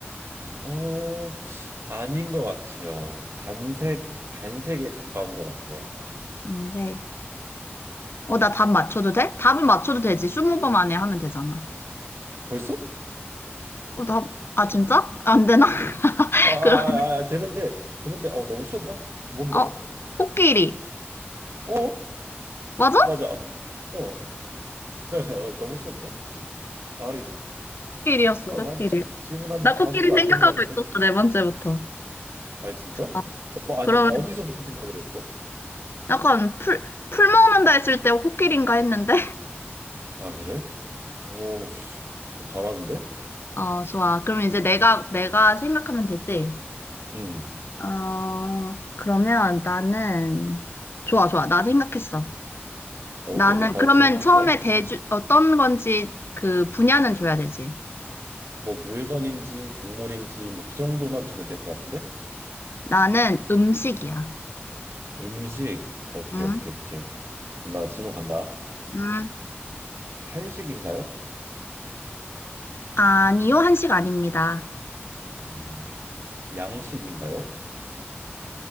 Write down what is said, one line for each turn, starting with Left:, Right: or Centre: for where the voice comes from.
Right: 어, 아닌 것 같아요. 단색, 단색에 가까운 것 같아요.
Left: 근데 어, 나 답 맞춰도 돼? 답을 맞춰도 되지. 20번 안에 하면 되잖아.
Right: 벌써?
Left: 어, 답, 아, 진짜? 안 되나? <laughs>
Right: 아, 아,
Left: 그럼,
Right: 아, 아, 아, 되는데, 되는데, 어, 너무 쉬웠나? 뭔데?
Left: 어, 코끼리.
Right: 어,
Left: 맞아?
Right: 맞아. 어, <laughs> 나- 어, 너무 쉬웠는데? 아이,
Left: 코끼리였어,
Right: 아,
Left: 코끼리.
Right: 난 지, 질문 한
Left: 나 코끼리
Right: 다섯 개 안
Left: 생각하고
Right: 된 것 같은데?
Left: 있었어, 네 번째부터.
Right: 아니, 진짜? 어,
Left: 아,
Right: 뭐,
Left: 그러면
Right: 아니, 어디서부터 생각을 했어?
Left: 약간 풀, 풀 먹는다 했을 때 코끼리인가 했는데?
Right: 아, 그래? 오, 씨, 잘하는데?
Left: 어, 좋아. 그럼 이제 내가, 내가 생각하면 되지?
Right: 음,
Left: 어, 그러면 나는,
Right: 음.
Left: 좋아, 좋아. 나 생각했어.
Right: 오케이,
Left: 나는,
Right: 그럼 바로
Left: 그러면
Right: 질문 갈게.
Left: 처음에 대주, 어떤 건지 그 분야는 줘야 되지.
Right: 뭐 물건인지 동물인지 뭐 그 정도만 주면 될 것 같은데?
Left: 나는 음식이야.
Right: 음식. 오케이,
Left: 응?
Right: 오케이, 오케이. 그럼 나 질문 간다.
Left: 응?
Right: 한식인가요?
Left: 아니요, 한식 아닙니다.
Right: 음, 양식인가요?